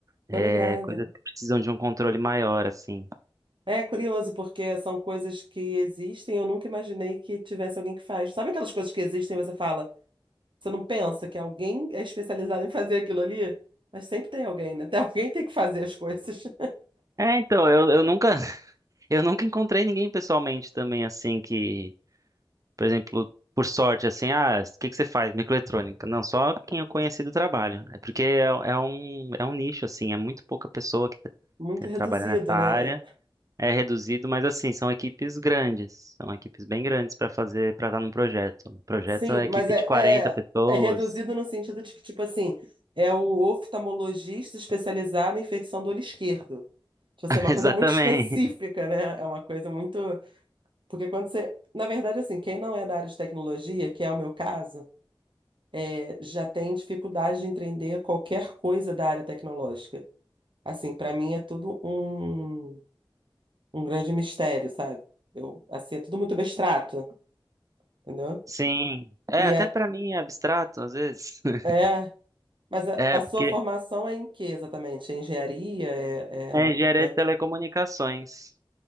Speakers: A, on the right; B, on the right.
A: Tô
B: é,
A: ligada.
B: coisas que precisam de um controle maior, assim.
A: É curioso, porque são coisas que existem, eu nunca imaginei que tivesse alguém que faz. Sabe aquelas coisas que existem e você fala, você não pensa que alguém é especializado em fazer aquilo ali? Mas sempre tem alguém, né? Tem alguém que tem que fazer as coisas. <laughs>
B: É, então, eu, eu nunca, <laughs> eu nunca encontrei ninguém pessoalmente também, assim, que, por exemplo, por sorte, assim, ah, o que que você faz? Microeletrônica. Não, só quem eu conheci do trabalho. É porque é, é um, é um nicho, assim, é muito pouca pessoa que tá-
A: Muito
B: tem
A: reduzido,
B: trabalha nessa área.
A: né? É,
B: É reduzido, mas assim, são equipes grandes, são equipes bem grandes para fazer, para estar num projeto. Um projeto
A: Sim,
B: é
A: mas
B: equipe
A: é,
B: de quarenta
A: é,
B: pessoas.
A: é reduzido no sentido de que, tipo assim, é o oftalmologista especializado em infecção do olho esquerdo. Tipo assim,
B: <laughs>
A: é uma
B: Exatamente.
A: coisa muito específica, né? É uma coisa muito. Porque quando você. Na verdade, assim, quem não é da área de tecnologia, que é o meu caso, é, já tem dificuldade de entender qualquer coisa da área tecnológica. Assim, pra mim é tudo um, um grande mistério, sabe? Eu, assim, é tudo muito abstrato, entendeu?
B: Sim. É,
A: E
B: até
A: é.
B: para mim é abstrato às vezes. <laughs>
A: É, Mas a,
B: É,
A: a sua
B: porque
A: formação é em que exatamente? É engenharia? É,
B: É engenharia
A: é,
B: de telecomunicações.
A: é